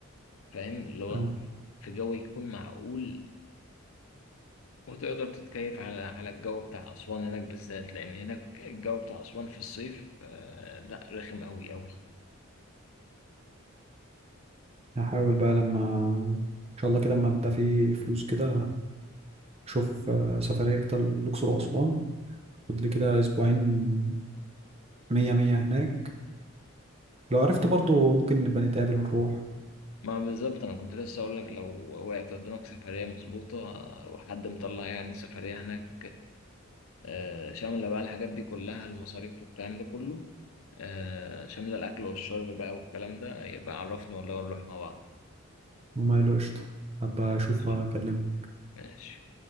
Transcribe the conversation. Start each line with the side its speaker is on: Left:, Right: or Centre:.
Left: فاهم اللي هو
Right: أيوة.
Left: في جو يكون معقول وتقدر تتكيف على على الجو بتاع أسوان هناك بالذات لأن هناك الجو بتاع أسوان في الصيف آه، لا رخم أوي أوي
Right: هحاول بقى لما ان شاء الله كده لما يبقى في فلوس كده اشوف آه، سفريه كده الاقصر واسوان خد لي كده اسبوعين مية مية هناك لو عرفت برضو ممكن نبقى نتقابل ونروح
Left: ما بالظبط انا كنت لسه اقول لك لو وقعت قدامك سفريه مظبوطه وحد مطلع يعني سفريه هناك آه، شامله بقى الحاجات دي كلها المصاريف والكلام ده كله آه، شامله الاكل والشرب بقى والكلام ده يبقى عرفني والله ونروح مع بعض
Right: وما له قشطه هبقى
Left: ماشي
Right: اشوف واكلمك
Left: ماشي